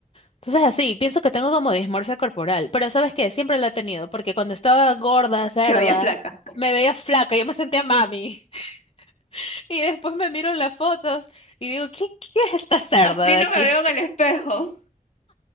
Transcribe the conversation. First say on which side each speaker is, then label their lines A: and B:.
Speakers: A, on the left (about 45°); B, on the left (about 65°).
A: Entonces así, pienso que tengo como dismorfia corporal. Pero ¿sabes qué? Siempre la he tenido, porque cuando estaba gorda, cerda,
B: Te veía flaca.
A: me veía flaca, yo me sentía mami. <laughs> Y después me miro en las fotos y digo, ¿qué, qué es esta cerda
B: Así
A: de
B: no
A: aquí?
B: me veo en el espejo.